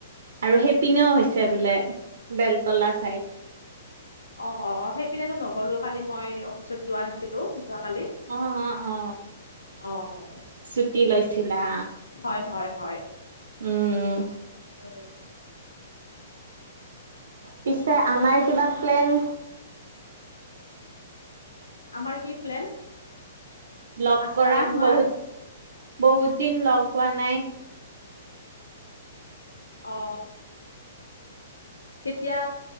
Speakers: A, on the right (about 60°); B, on the left (about 80°).
A: আৰু সেইপনেও হৈছে বোলে বেলতলা চাইদ।
B: অ অ অ সেইপিনেটো নগলো কালি মই অফিচত যোৱা নাছিলো। যোৱাকালি।
A: অ অ অ,
B: অ',
A: ছুটি লৈছিলা?
B: হয় হয় হয়
A: উম
B: উম,
A: পিছে আমাৰ কিবা প্লেন,
B: আমাৰ কি প্লেন?
A: লক
B: আচাৰ
A: কৰা
B: বনোৱাৰ
A: বহুত বহুত দিন লগহোৱা নাই।
B: অ কেতিয়া